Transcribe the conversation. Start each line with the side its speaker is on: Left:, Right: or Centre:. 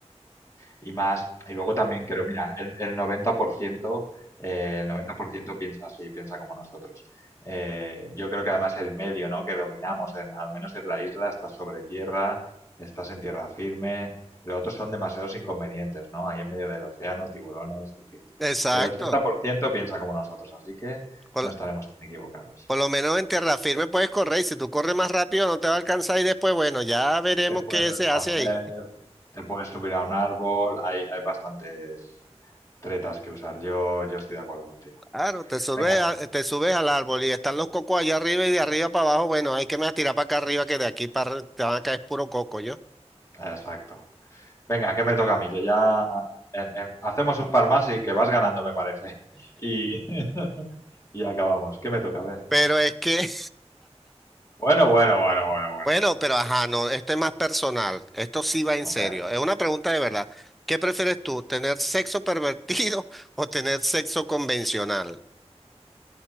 Left: y más. Y luego también creo, mira, el, el 90%, eh, el 90% piensa así, piensa como nosotros. Eh, yo creo que además el medio, ¿no? que dominamos, en- al menos en la isla, estás sobre tierra, estás en tierra firme. Los otros son demasiados inconvenientes, ¿no? Ahí en medio del océano, tiburones, difícil.
Centre: Exacto.
Left: El 80% piensa como nosotros, así que
Centre: Con-
Left: no estaremos tan equivocados.
Centre: Por lo menos en tierra firme puedes correr y si tú corres más rápido no te va a alcanzar y después, bueno, ya veremos
Left: Te puedes
Centre: qué
Left: esconder,
Centre: se hace ahí.
Left: te puedes subir a un árbol, hay, hay bastantes tretas que usar yo, yo estoy de acuerdo contigo.
Centre: Claro, te subes,
Left: Venga,
Centre: a- te subes al árbol y están los cocos allá arriba y de arriba para abajo, bueno, hay que me tirar para acá arriba que de aquí para arri- te van a caer puro coco yo.
Left: exacto. Venga, que me toca a mí, que ya em, em, hacemos un par más y que vas ganando, me parece. <laughs> Y, <laughs> y acabamos. ¿Qué me toca? A ver.
Centre: Pero es que,
Left: Bueno, bueno, bueno, bueno,
Centre: <laughs>
Left: bueno.
Centre: bueno, pero ajá, no, este es más personal, esto sí va en
Left: A
Centre: serio,
Left: ver.
Centre: es una pregunta de verdad. ¿Qué prefieres tú, tener sexo pervertido <laughs> o tener sexo convencional?